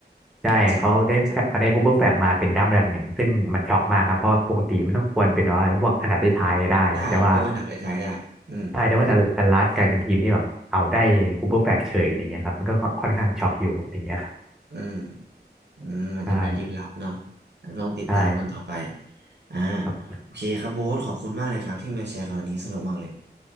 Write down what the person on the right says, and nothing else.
จะได้พวกอันดับท้ายๆได้อืม
อืมอืมอาจจะมีดีลลับเนาะ
ลองติดตามกันต่อไป
อ่า
โอเคครับโบ๊ทขอบคุณมากเลยครับที่มาแชร์คราวนี้สนุกมากเลย